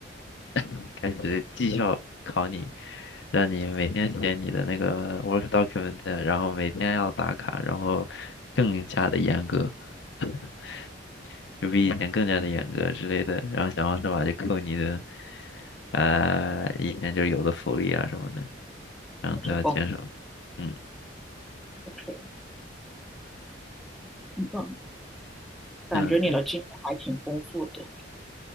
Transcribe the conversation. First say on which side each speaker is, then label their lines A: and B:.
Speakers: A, on the left; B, in the centre.
A: <laughs> 开始绩效考你，让你每天写你的那个 work document，然后每天要打卡，然后更加的严格，<laughs> 就比以前更加的严格之类的，然后想方设法就扣你的，呃，以前就是有的福利啊什么的，然后他要减少，
B: 那是工
A: 嗯。
B: OK，嗯嗯，感觉你的经验还挺丰富的，
A: 嗯，